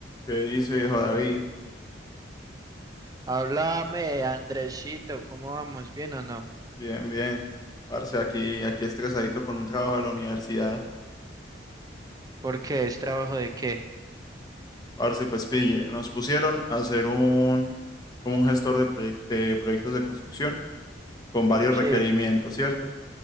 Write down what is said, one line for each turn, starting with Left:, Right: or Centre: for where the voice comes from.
Left: ¿Qué dice, viejo David?
Right: Háblame, Andresito, ¿cómo vamos? ¿Bien o no?
Left: Bien, bien. Parce, aquí, aquí estresadito con un trabajo de la universidad.
Right: ¿Por qué? ¿Es trabajo de qué?
Left: Parce, pues pille, nos pusieron a hacer un, como un gestor de, proyec- de proyectos de construcción con varios
Right: Sí.
Left: requerimientos, ¿cierto?